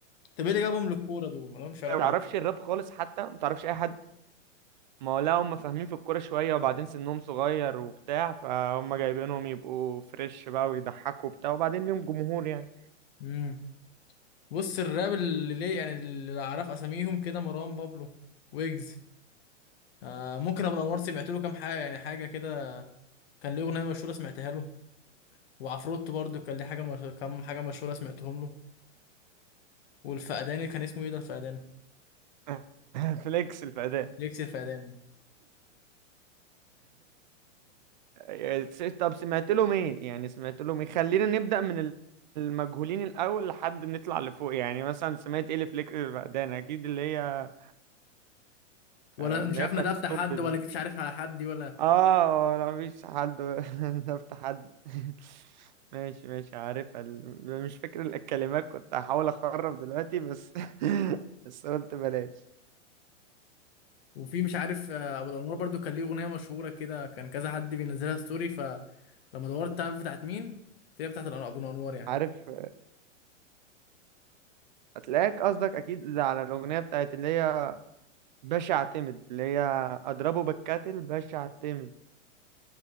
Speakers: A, on the left; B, on the right.
A: طب ايه اللي جابهم للكوره دول ما لهمش علاقه
B: ما تعرفش الراب خالص حتى ما تعرفش اي حد ما هو لا هم فاهمين في الكوره شويه وبعدين سنهم صغير وبتاع فهم جايبينهم يبقوا فريش بقى ويضحكوا وبتاع وبعدين ليهم جمهور يعني
A: بيه بص الراب اللي ليه يعني اللي اعرف اساميهم كده مروان بابلو ويجز آه ممكن ابو الانوار سمعت له كام حاجه يعني حاجه كده كان ليه اغنيه مشهوره سمعتها له وعفروتو برضو كان ليه حاجه مش... كام حاجه مشهوره سمعتهم له والفقداني كان اسمه ايه ده الفقداني
B: <laughs> فليكس الفدان
A: ليكس الفقداني
B: <laughs> طب سمعت لهم ايه يعني سمعت لهم ايه خلينا نبدأ من ال- المجهولين الاول لحد نطلع لفوق يعني مثلا سمعت ايه لفليكس الفقدان اكيد اللي هي
A: ولا
B: آه، اللي
A: مش عارف
B: هي بتاعت
A: ده بتاع
B: ستوب
A: حد
B: ال-
A: ولا جيت مش عارف على حد دي ولا
B: اه انا مفيش حد <laughs> نفت حد <laughs> ماشي ماشي عارفها ال- مش فاكر الكلمات كنت هحاول اخرب دلوقتي بس <laughs> بس قلت بلاش
A: وفي مش عارف آه، ابو الانوار برضو كان ليه اغنيه مشهوره كده كان كذا حد بينزلها ستوري فلما دورت تعرف بتاعت مين تلاقي بتاعت الأن- ابو الانوار يعني
B: عارف هتلاقيك قصدك اكيد على الاغنيه بتاعت اللي هي باشا اعتمد اللي هي اضربه بالكاتل باشا اعتمد